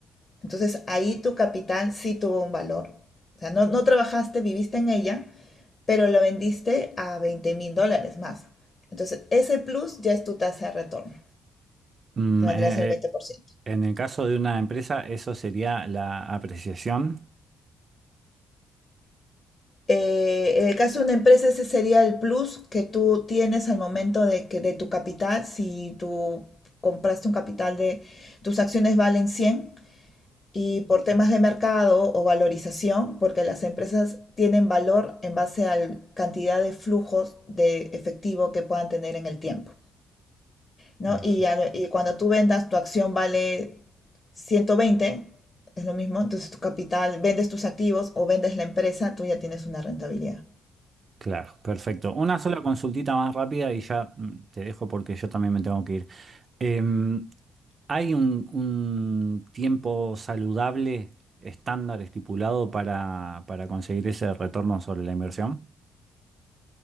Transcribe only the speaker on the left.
Entonces ahí tu capital sí tuvo un valor. O sea, no, no trabajaste, viviste en ella, pero lo vendiste a veinte mil dólares más. Entonces ese plus ya es tu tasa de retorno,
que
vendrá a ser el
20%.
Eh, en el caso de una empresa, ese sería el plus que tú tienes al momento de que de tu capital. Si tú compraste un capital de tus acciones valen cien. y por temas de mercado o valorización, porque las empresas tienen valor en base a la cantidad de flujos de efectivo que puedan tener en el tiempo, ¿no?
Y, a- y cuando tú vendas, tu acción vale 120, es lo mismo, entonces tu capital, vendes tus activos o vendes la empresa, tú ya tienes una rentabilidad.